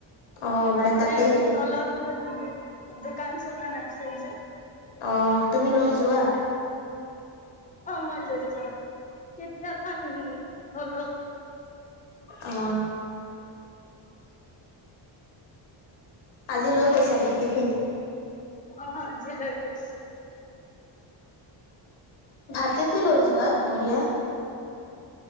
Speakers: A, on the left; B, on the left.
A: অ',
B: মানে
A: তাতে হেৰি
B: তল তল দোকান চোকান আছে যে
A: অ তুমি লৈ যোৱা
B: অ মই লৈ যাওঁ কেতিয়া বা নলও
A: অ আজি লৈ গৈছো নেকি টিফিন
B: অ আজি লৈ গৈছো
A: ভাতেতে লৈ যোৱা দুপৰীয়া